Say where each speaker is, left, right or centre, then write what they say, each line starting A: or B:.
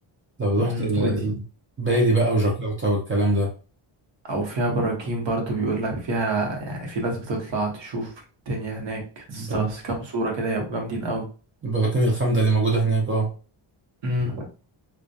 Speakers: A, on the right; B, on the right.
A: لو
B: امم
A: رحت ل-
B: ودي
A: بالي بقى وجاكرتا والكلام ده
B: او فيها براكين برضو بيقول لك فيها يعني في ناس بتطلع تشوف الدنيا هناك تستغرق
A: ب-
B: كام صوره كده هيبقوا جامدين قوي
A: البراكين الخامدة اللي موجودة هناك اه
B: امم